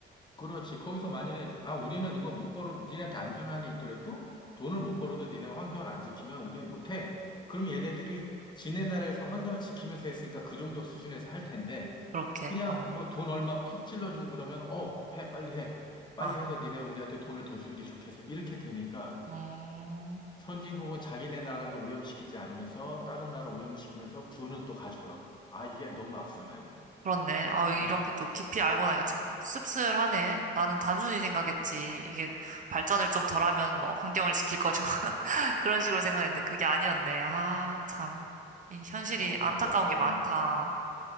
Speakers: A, on the left (about 20°); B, on the right (about 40°).
A: 그렇지. 거기서 만약에, 아, 우리는 이거 못 벌어도, 니네한테 안 주는 한이 있더라도 돈을 못 벌어도 니네가 환경을 안 지키면 우리는 못 해. 그럼 얘네들이 지네 나라에서 환경을 지키면서 했으니까 그 정도 수준에서 할 텐데,
B: 그렇게,
A: 그냥
B: 어.
A: 뭐 돈 얼마 푹 찔러주고 그러면, 어, 해, 빨리 해. 빨리
B: 아,
A: 해서 니네가 우리한테 돈을 더 주는 게 좋겠어. 이렇게 되니까
B: 음,
A: 선진국은 자기네 나라는 오염시키지 않으면서 다른 나라 오염시키면서 부는 또 가져가고. 아, 이게 너무 악순환이야.
B: 그렇네. 아, 이렇게
A: <laughs>
B: 또 깊이 알고 나니까 참 씁쓸하네. 나는 단순히 생각했지. 이게 발전을 좀 덜하면 뭐 환경을 지킬 것이고. <laughs> 그런 식으로 생각했는데 그게 아니었네. 아, 참. 이 현실이
A: 너무
B: 안타까운
A: 복잡해.
B: 게 많다.